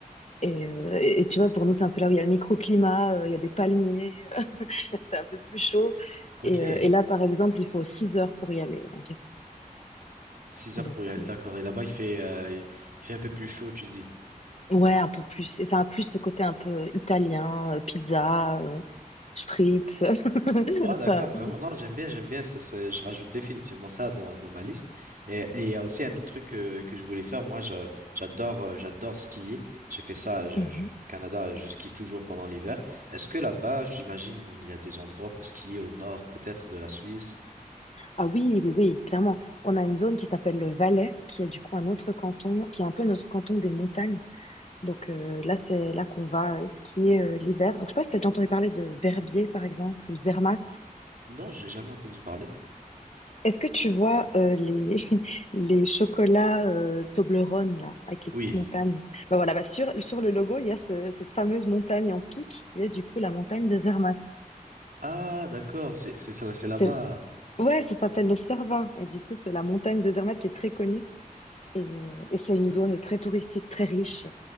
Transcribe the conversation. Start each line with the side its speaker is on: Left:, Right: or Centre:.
Left: Et, euh, et, et tu vois, pour nous, c'est un peu là où il y a le microclimat, euh, il y a des palmiers, <laughs> c'est un peu plus chaud.
Right: Ok,
Left: Et, euh, et là, par exemple, il faut 6 heures pour y aller environ.
Right: six
Left: Donc,
Right: heures pour y aller,
Left: euh,
Right: d'accord. Et là-bas, il fait, euh, il fait un peu plus chaud, tu dis.
Left: ouais, un peu plus. Et ça a plus ce côté un peu italien, euh, pizza, euh, spritz. <laughs>
Right: Ouais, d'accord,
Left: Enfin,
Right: vraiment. Non, j'aime bien, j'aime bien. Ce serait, je rajoute définitivement ça dans, dans ma liste. Et et il y a aussi un autre truc euh, que, je voulais faire. Moi, je- j'adore, euh, j'adore skier. J'ai fait ça je-
Left: Mhm.
Right: je- au Canada. Je skie toujours pendant l'hiver. Est-ce que là-bas, j'imagine, il y a des endroits pour skier au nord, peut-être de la Suisse?
Left: Ah oui, oui, oui, clairement. On a une zone qui s'appelle le Valais, qui est du coup un autre canton, qui est un peu notre canton des montagnes. Donc euh, là, c'est là qu'on va euh, skier euh, l'hiver. Donc je sais pas si tu as déjà entendu parler de Verbier, par exemple, ou Zermatt.
Right: Non, j'ai jamais entendu parler.
Left: Est-ce que tu vois euh, les, <laughs> les chocolats euh, Toblerone, là, avec les
Right: Oui.
Left: petites montagnes? Ben voilà, bah sur, sur le logo, il y a ce- cette fameuse montagne en pic qui est du coup la montagne de Zermatt.
Right: Ah, d'accord. C'est, c'est, c'est là- c'est là-bas.
Left: C'est- Ouais, ça s'appelle le Cervin, et du coup, c'est la montagne de Zermatt qui est très connue. Et, euh, et c'est une zone très touristique, très riche,